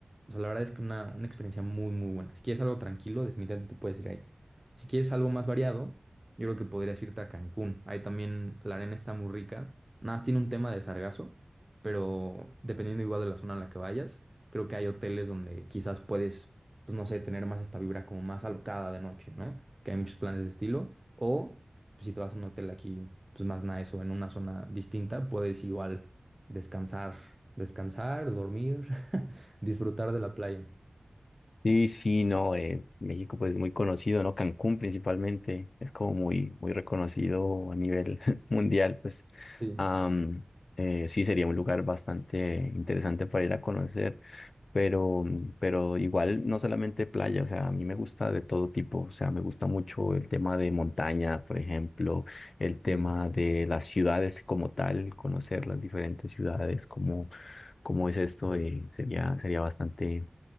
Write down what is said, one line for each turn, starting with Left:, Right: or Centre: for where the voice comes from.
Right: O sea, la verdad es que una, una experiencia muy, muy buena. Si quieres algo tranquilo, definitivamente te puedes ir ahí. Si quieres algo más variado, yo creo que podrías irte a Cancún. Ahí también la arena está muy rica. Nada más tiene un tema de sargazo, pero dependiendo igual de la zona en la que vayas, creo que hay hoteles donde quizás puedes, pues no sé, tener más esta vibra como más alocada de noche, ¿no? Que hay muchos planes de estilo. O pues, si te vas a un hotel aquí pues más nice o en una zona distinta, puedes igual descansar, descansar, dormir, <laughs> disfrutar de la playa.
Left: Sí, sí, no, eh, México pues es muy conocido, ¿no? Cancún principalmente, es como muy, muy reconocido a nivel <laughs> mundial, pues
Right: Sí.
Left: am, eh, sí sería un lugar bastante interesante para ir a conocer, pero, pero igual no solamente playa, o sea, a mí me gusta de todo tipo, o sea, me gusta mucho el tema de montaña, por ejemplo, el tema
Right: Ok.
Left: de las ciudades como tal, conocer las diferentes ciudades, cómo, cómo es esto, eh, sería, sería bastante